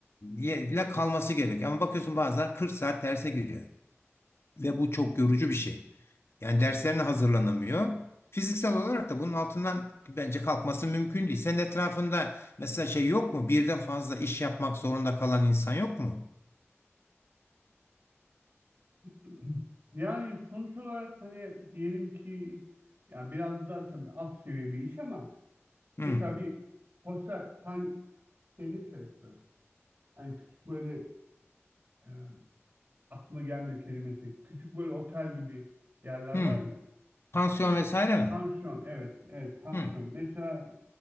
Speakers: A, on the left; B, on the right.
A: ile kalması gerekiyor. Ama bakıyorsun bazen 40 saat derse giriyor. Ve bu çok yorucu bir şey. Yani derslerine hazırlanamıyor. Fiziksel olarak da bunun altından bence kalkması mümkün değil. Senin etrafında mesela şey yok mu? Birden fazla iş yapmak zorunda kalan insan yok mu?
B: <clears throat> Yani sonuç olarak hani diyelim ki ya biraz da tabii alt seviye bir iş ama
A: Hmm.
B: mesela bir hostel pan şeyde çalışsa hani küçük böyle e, aklıma gelmiyor kelimesi küçük böyle otel gibi yerler
A: Hmm.
B: var ya
A: Pansiyon vesaire
B: pansiyon
A: mi?
B: evet evet pansiyon
A: Hmm.
B: mesela